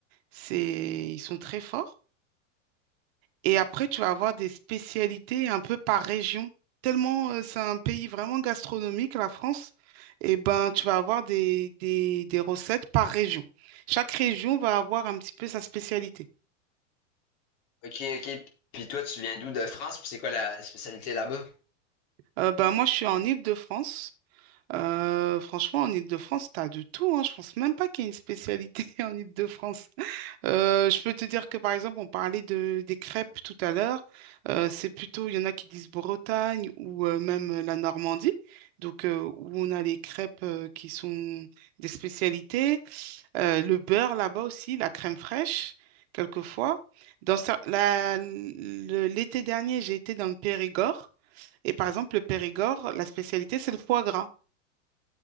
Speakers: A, on the right (about 55°); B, on the left (about 55°).
A: C'est... Ils sont très forts. Et après, tu vas avoir des spécialités un peu par région. Tellement euh, c'est un pays vraiment gastronomique, la France, et ben, tu vas avoir des, des, des recettes par région. Chaque région va avoir un petit peu sa spécialité.
B: Ok, ok. Puis toi, tu viens d'où de France? Puis c'est quoi la spécialité là-bas?
A: Euh, ben, moi, je suis en Île-de-France. Euh, franchement, en Île-de-France, t'as de tout, hein. Je pense même pas qu'il y ait une spécialité <laughs> en Île-de-France. Euh, je peux te dire que, par exemple, on parlait de, des crêpes tout à l'heure. Euh, c'est plutôt, il y en a qui disent Bretagne ou euh, même euh, la Normandie, donc euh, où on a les crêpes euh, qui sont des spécialités. Euh, le beurre là-bas aussi, la crème fraîche, quelquefois. Dans cer- la- le- l'été dernier, j'ai été dans le Périgord. Et par exemple, le Périgord, la spécialité, c'est le foie gras.